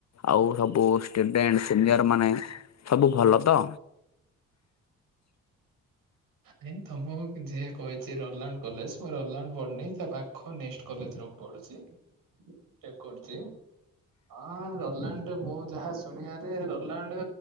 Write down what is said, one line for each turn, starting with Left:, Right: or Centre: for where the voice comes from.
Left: ଆଉ ସବୁ ଷ୍ଟୁଡେଣ୍ଟ୍ ସିନିୟର ମାନେ ସବୁ ଭଲ ତ।
Right: ନାଇଁ ତମୁକୁ ଯିଏ କହିଛି ରୋଲାଣ୍ଡ କଲେଜ୍ ମୁଁ ରୋଲାଣ୍ଡ ପଢୁନି ତା ପା ଖ ନେଷ୍ଟ୍ କଲେଜରେ ମୁଁ ପଢୁଛି। ବି ଟେକ୍ କରୁଚି ଅଁ ରୋଲାଣ୍ଡ ମୁଁ ଯାହା ଶୁ ଶୁଣିଆରେ ରୋଲାଣ୍ଡ